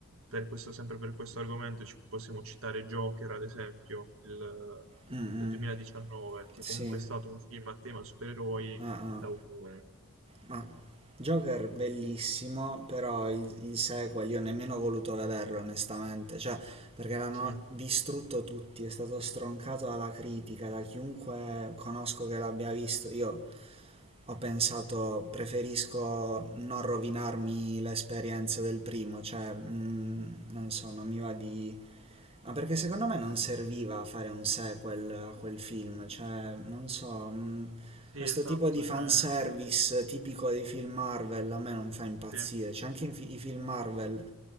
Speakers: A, on the right; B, on the right.
A: per questo- sempre per questo argomento, ci possiamo citare Joker, ad esempio, il-
B: Mm, mm,
A: del 2019, che
B: sì.
A: comunque è stato un film a tema supereroi
B: Ah, ah.
A: d'autore.
B: Ma Joker bellissimo, però il, il sequel io nemmeno ho voluto vederlo, onestamente. Cioè, perché l'hanno
A: Sì,
B: distrutto tutti, è stato stroncato dalla critica, da chiunque conosco che l'abbia visto. Io ho pensato preferisco non rovinarmi l'esperienza del primo, cioè mm, non so, non mi va di... Ma perché secondo me non serviva fare un sequel a quel film, cioè non so, mm,
A: sì,
B: questo
A: esatto,
B: tipo di fanservice
A: cioè,
B: tipico dei film Marvel a me non fa impazzire,
A: sì.
B: cioè anche in fi- i film Marvel